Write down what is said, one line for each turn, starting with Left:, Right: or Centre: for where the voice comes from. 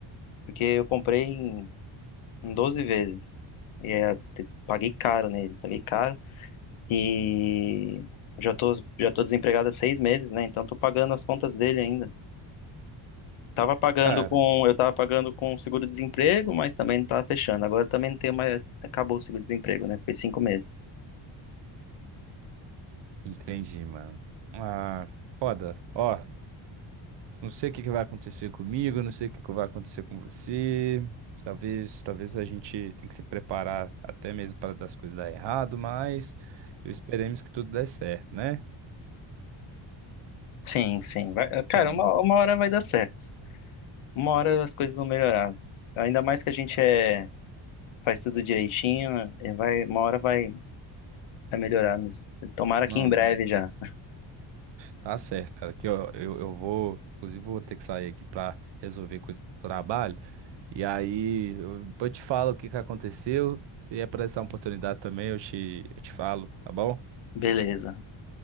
Left: Porque eu comprei em, em 12 vezes. E é, te- paguei caro nele, paguei caro. E já tô, já tô desempregado há seis meses, né? Então tô pagando as contas dele ainda. Tava pagando
Right: cara,
Left: com, eu tava pagando com seguro-desemprego, mas também não tava fechando. Agora também não tem mais, acabou o seguro-desemprego, né? Foi cinco meses.
Right: entendi, mano. Ah, foda. Ó, não sei o que que vai acontecer comigo, não sei o que que vai acontecer com você. Talvez, talvez a gente tenha que se preparar até mesmo para das coisas dar errado, mas eu esperemos que tudo dê certo, né?
Left: Sim, sim. Vai,
Right: Então,
Left: cara, uma, uma hora vai dar certo. Uma hora as coisas vão melhorar. Ainda mais que a gente é, faz tudo direitinho, eh, vai, uma hora vai, vai melhorar. nos- Tomara
Right: não,
Left: que em breve já.
Right: Tá certo, cara. Aqui, ó, eu, eu vou, inclusive, vou ter que sair aqui pra resolver coisa do trabalho. E aí, eu, depois eu te falo o que que aconteceu. Se aparecer uma oportunidade também, eu te, eu te falo, tá bom?
Left: Beleza.